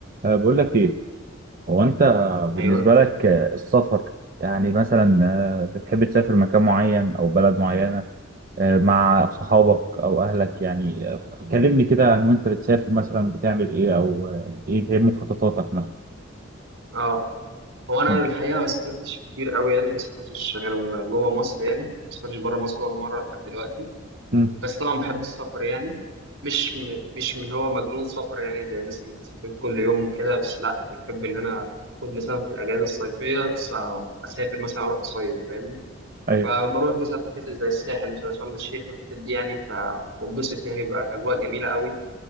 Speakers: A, on the right; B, on the right.
A: أه، بقول لك ايه هو انت بالنسبه
B: ايوه
A: لك أه، السفر يعني مثلا أه، بتحب تسافر مكان معين او بلد معينه أه، مع صحابك او اهلك يعني أه، ف- كلمني كده عن وانت بتسافر مثلا بتعمل ايه او أه، ايه إيه مخططاتك مثلا
B: اه هو انا
A: مم.
B: الحقيقه ما سافرتش كتير قوي يعني ما سافرتش غير جوه مصر يعني ما سافرتش بره مصر ولا مره لحد دلوقتي
A: مم.
B: بس طبعا بحب السفر يعني مش م... مش من هو مجنون سفر يعني زي الناس اللي بتسافر كل يوم وكده بس لا يعني بحب ان انا اخد مثلا في الاجازه الصيفيه س- اسافر مثلا اروح اصيف فاهمني
A: ايوه
B: فبروح مثلا في حتت زي الساحل زي شرم الشيخ والحتت دي يعني فبنبسط يعني بقى الاجواء جميله قوي